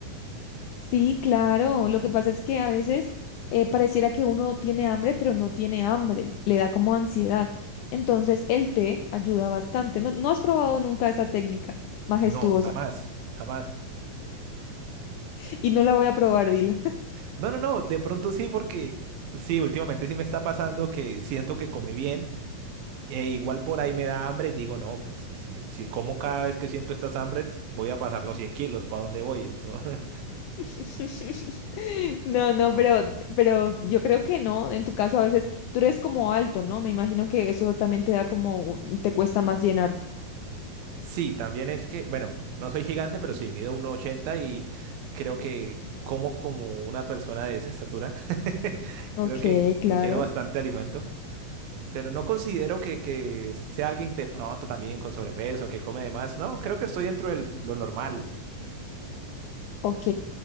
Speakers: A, on the left (about 80°); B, on the right (about 80°).
A: Sí, claro. Lo que pasa es que a veces eh, pareciera que uno tiene hambre, pero no tiene hambre. Le da como ansiedad. Entonces el té ayuda bastante. No, no has probado nunca esa técnica majestuosa
B: No, jamás, jamás.
A: <laughs> y no la voy a probar, dilo.
B: No, no, no, de pronto sí, porque sí, últimamente sí me está pasando que siento que comí bien e igual por ahí me da hambre y digo, no, pues si, si, si como cada vez que siento estas hambres, voy a pasar los 100 kilos, ¿para dónde voy? <laughs>
A: <laughs> No, no, pero, pero yo creo que no. En tu caso, a veces tú eres como alto, ¿no? Me imagino que eso también te da como, un- te cuesta más llenarte.
B: Sí, también es que, bueno, no soy gigante, pero sí, mido uno ochenta y creo que como como una persona de esa estatura. <laughs>
A: Ok,
B: Creo que in- ingiero
A: claro.
B: bastante alimento, pero no considero que, que sea alguien de pronto también con sobrepeso, que come de más. No, creo que estoy dentro de lo normal.
A: Ok.